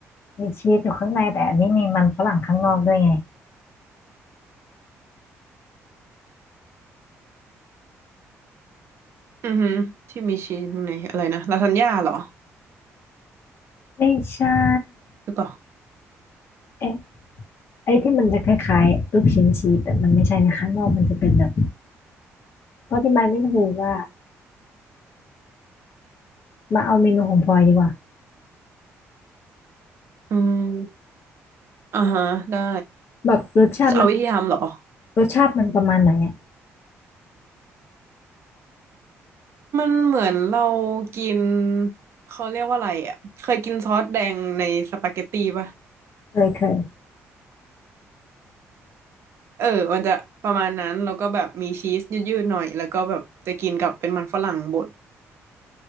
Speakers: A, on the left; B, on the right.
A: มีชีสอยู่ข้างในแต่อันนี้มีมันฝรั่งข้างนอกด้วยไง
B: อือฮึที่มีชีสข้างในอะไรนะลาซานญ่าเหรอ
A: ไม่ใช่
B: หรือเปล่า
A: เอ๊ะไอ้ที่มันจะคล้ายๆลูกชิ้นชีสแต่มันไม่ใช่นะข้างนอกมันจะเป็นแบบ เขาอธิบายไม่ถูกอ่ะมาเอาเมนูของพลอยดีกว่า
B: อืม อ่าฮะได้
A: แบบรสชาติมัน
B: จะเอาวิธีทำเหรอ
A: รสชาติมันประมาณไหนอ่ะ
B: มันเหมือนเรากินเขาเรียกว่าอะไรอ่ะเคยกินซอสแดงในสปาเกตตีป่ะ
A: เคยเคย
B: เออมันจะประมาณนั้นแล้วก็แบบมีชีสยืดๆหน่อยแล้วก็แบบจะกินกับเป็นมันฝรั่งบด